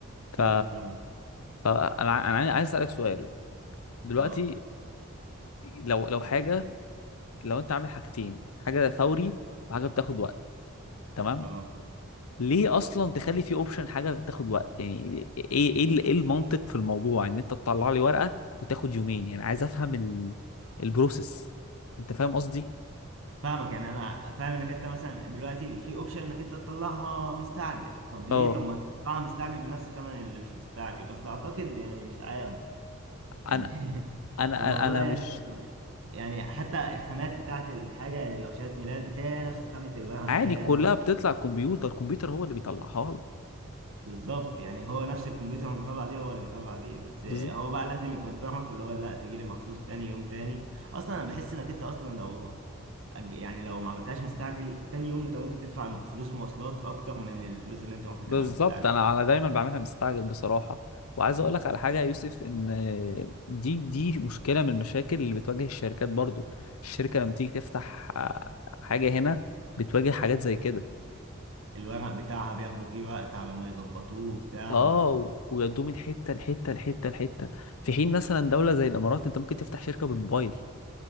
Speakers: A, on the left (about 90°); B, on the right (about 65°).
A: ف
B: امم فاهم
A: فانا ع- انا عايز عايز اسالك سؤال دلوقتي
B: اه
A: لو لو حاجه لو انت عامل حاجتين حاجه فوري وحاجه بتاخد وقت تمام
B: اه
A: ليه اصلا تخلي في اوبشن حاجه تاخد وقت يعني ايه ايه ال- إيه المنطق في الموضوع ان انت تطلع لي ورقه وتاخد يومين يعني عايز افهم ال... البروسيس انت فاهم قصدي
B: فاهمك يعني انا فاهم انك انت مثلا دلوقتي في اوبشن انك انت تطلعها مستعجل طب ليه
A: اه
B: طب ما تطلعها مستعجل بنفس ثمن اللي مش مستعجل بس اعتقد يعني مش عارف يعني
A: انا
B: <laughs>
A: انا
B: الموضوع
A: انا أنا
B: يعني
A: مش
B: يعني حتى الخامات بتاعت الحاجة يعني لو شهادة ميلاد هي نفس خامة الورق هي
A: عادي كلها
B: كل
A: بتطلع كمبيوتر الكمبيوتر هو اللي بيطلعها لك
B: بالظبط يعني هو نفس الكمبيوتر اللي بيطلع دي هو اللي بيطلع دي بس
A: بالظبط
B: هو بقى لازم يقدرك اللي هو لا تجي لي مخصوص تاني يوم تاني أصلا أنا بحس إنك أنت أصلا لو أج- يعني لو ما عملتهاش مستعجل تاني يوم أنت ممكن تدفع فلوس مواصلات أكتر من الفلوس اللي أنت ممكن
A: بالظبط
B: تعملها مستعجل
A: انا انا دايما بعملها مستعجل بصراحه وعايز اقول لك على حاجه يا يوسف ان دي دي مشكله من المشاكل اللي بتواجه الشركات برضو الشركه لما تيجي تفتح آه، حاجه هنا بتواجه حاجات زي كده
B: الورق بتاعها بياخدوا فيه وقت على ما يظبطوه وبتاع
A: اه ويودوه من حته لحته لحته لحته في حين مثلا دوله زي الامارات انت ممكن تفتح شركه بالموبايل